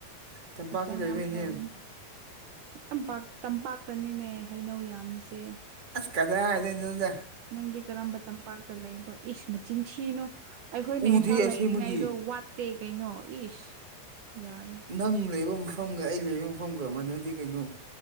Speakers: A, on the right (about 15°); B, on the right (about 70°).
A: ꯇꯝꯄꯥꯛꯇ
B: ꯍꯛꯆꯥꯡ
A: ꯂꯩꯕꯩꯅꯦ
B: ꯌꯥꯝ ꯐꯕꯅꯤ ꯇꯄꯥꯛ ꯇꯝꯄꯥꯛꯇꯅꯤꯅꯦ ꯍꯩꯅꯧ ꯌꯥꯝꯃꯤꯁꯦ
A: ꯑꯁ ꯀꯗꯥ ꯍꯥꯏꯗ ꯅꯗ
B: ꯅꯪꯗꯤ ꯀꯔꯝꯕ ꯇꯝꯄꯥꯛꯇ ꯂꯩꯕ꯭ꯔꯣ ꯑꯩꯁꯨ ꯃꯆꯤꯟꯊꯤꯅꯣ ꯑꯩꯈꯣꯏꯅ
A: ꯎꯗꯦ
B: ꯏꯝꯐꯥꯜ
A: ꯑꯁꯦꯡꯕꯒꯤ
B: ꯂꯩꯔꯤꯉꯩꯗꯣ ꯋꯥꯠꯇꯦ ꯀꯩꯅꯣ ꯏꯁ ꯌꯥꯔꯦ
A: ꯅꯪ ꯂꯩꯕ ꯃꯐꯝꯒ ꯑꯩ ꯂꯩꯕ ꯃꯐꯝꯒ ꯑꯃꯅꯗꯤ ꯀꯩꯅꯣ